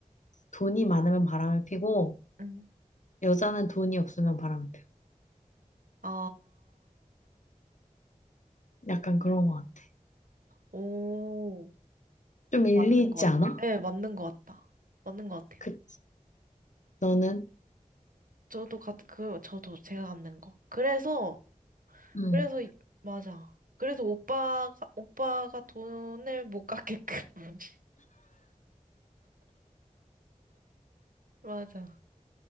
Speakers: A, on the left; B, on the right.
A: 돈이 많으면 바람을 피고
B: 응.
A: 여자는 돈이 없으면 바람을 피워.
B: 아,
A: 약간 그런 것 같아.
B: 오,
A: 좀
B: 좀
A: 일리
B: 맞는
A: 있지
B: 것
A: 않아?
B: 같아. 네, 맞는 것 같다. 맞는 것 같아요.
A: 그 너는?
B: 저도 같, 그, 저도 제가 갖는 거. 그래서,
A: 음.
B: 그래서, 이- 맞아. 그래서 오빠가, 오빠가 돈을 못 갚게끔. <laughs> 맞아.